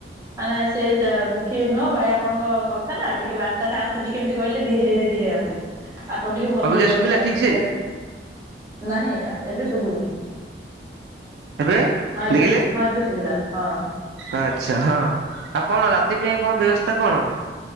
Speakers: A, on the right; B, on the right.
A: ନାଇଁ ସେ ଦୁଃଖୀ ନୁହଁ ଭାଇ ଆପଣଙ୍କ କଥା ନା ଟିକେ ବାର୍ ବିର୍ତ୍ତା ଆସୁଛି କେମିତି କହିଲେ ଧୀରେ ଧୀରେ ଆସୁଛି। ଆପଣ ଟିକେ ଭଲ
B: ଅବିକା
A: ଜାଗାକୁ
B: ଶୁଖିଲା
A: ଯାଆନ୍ତୁ
B: ଠିକ ସେ
A: ନାହିଁ ଏବେ ଶୁଭୁନି
B: ଏବେ
A: ହଁ ଏବେ
B: ଦେଖିଲେ
A: ହଁ ଏବେ ଶୁଭିଲା ହଁ।
B: ଆଚ୍ଛା ହଁ। ଆଉ କଣ ରାତି ପାଇଁ କଣ ବ୍ୟବସ୍ଥା କଣ?